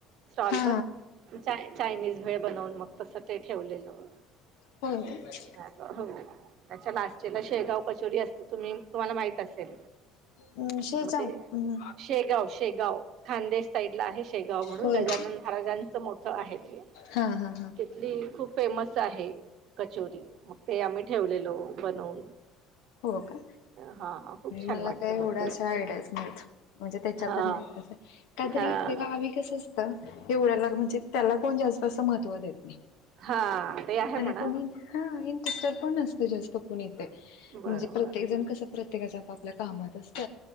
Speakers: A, on the right; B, on the left.
A: स्टॉलवर
B: हा
A: चायनीज भेळ बनवून मग तसं ते ठेवलेलं.
B: होय.
A: असं हो त्याच्या लास्ट ला शेगाव कचोरी असते तुम्ही तुम्हाला माहित असेल.
B: हम्म शेजावं
A: मग ते
B: अं
A: शेगाव शेगाव. खान्देश साईडला आहे शेगाव म्हणून
B: होय
A: गजानन महाराजांचं मोठं आहे ते
B: हा हा हा
A: ली खूप फेमस आहे कचोरी मग ते आम्ही ठेवलेलो बनवून.
B: हो का
A: हा हा खूप छान
B: मला
A: वाटतं
B: काय
A: मग
B: एवढ्या
A: ते
B: अशा आयडियाच नाहीत. म्हणजे त्याच्या
A: हा
B: तर नाही असं काहीतरी
A: हा
B: इकडे गावी कस असतं एवढ्याला म्हणजे त्याला कोण जास्त असं महत्व देत नाही.
A: हा ते आहे
B: आणि
A: म्हणा
B: कोणी हा इंटरेस्टेड पण नसत जास्त कुणीच म्हणजे
A: बरोबर
B: प्रत्येक जण कस प्रत्येकाच्या आपआपल्या कामात असत.